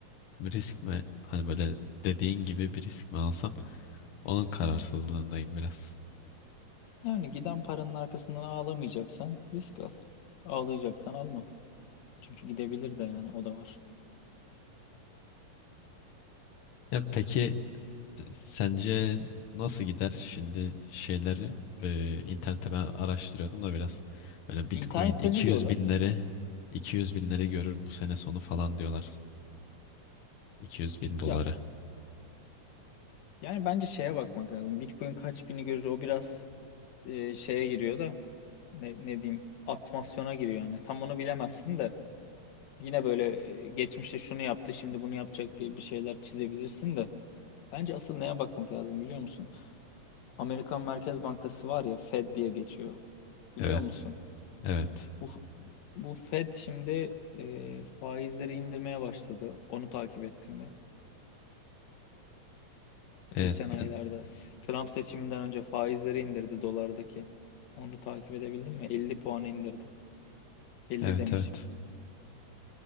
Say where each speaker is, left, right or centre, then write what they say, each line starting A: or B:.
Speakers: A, on the left; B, on the left.
A: bir risk mi hani böyle dediğin gibi bir risk mi alsam onun kararsızlığındayım biraz.
B: Yani giden paranın arkasından ağlamayacaksan risk al. Ağlayacaksan alma. Çünkü gidebilir de yani o da var.
A: Ya peki Sence nasıl gider şimdi şeyleri e, internette ben araştırıyordum da biraz böyle Bitcoin
B: İnternette
A: 200
B: ne diyorlar?
A: binleri 200 binleri görür bu sene sonu falan diyorlar. 200 bin doları.
B: Ya yani bence şeye bakmak lazım. Bitcoin kaç bini görür o biraz e, şeye giriyor da ne, ne diyeyim atmasyona giriyor yani. Tam onu bilemezsin de yine böyle e, geçmişte şunu yaptı şimdi bunu yapacak diye bir şeyler çizebilirsin de bence asıl neye bakmak lazım biliyor musun? Amerikan Merkez Bankası var ya Fed diye geçiyor. Biliyor
A: Evet.
B: musun?
A: Evet.
B: Bu bu Fed şimdi e, faizleri indirmeye başladı. Onu takip ettim mi?
A: Evet
B: Geçen aylarda
A: ben
B: Trump seçiminden önce faizleri indirdi dolardaki. Onu takip edebildin mi? 50 puan indirdi. 50
A: evet
B: demişim.
A: evet.